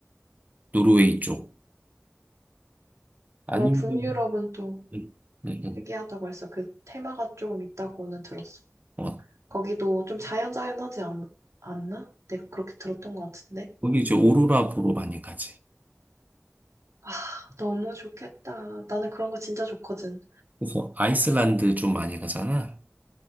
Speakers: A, on the right; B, on the right.
A: 노르웨이 쪽 아니면
B: 어, 북유럽은 또
A: 음, 음, 음.
B: 특이하다고 해서 그 테마가 조금 있다고는 들었어.
A: 어,
B: 거기도 좀 자연자연하지 않, 않나? 내가 그렇게 들었던 것 같은데.
A: 거기 이제 오로라 보러 많이 가지
B: 아, 너무 좋겠다. 나는 그런 거 진짜 좋거든.
A: 그래서 아이슬란드 좀 많이 가잖아